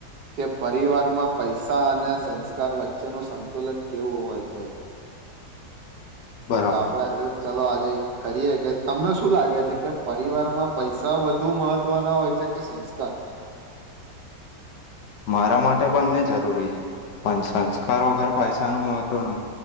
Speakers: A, on the right (about 75°); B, on the left (about 75°).
A: કે પરિવારમાં પૈસા અને સંસ્કાર વચ્ચેનું સંતુલન કેવું હોવા છે.
B: બરાબર
A: તો આપડે અ ચાલો આજે કરીએ કે તમને શું લાગે છે કે, પરિવારમાં પૈસા વધુ મહત્વના હોય છે? કે સંસ્કાર?
B: મારા માટે બંને જરૂરી છે. પણ સંસ્કાર વગર પૈસા ન મહ તો અ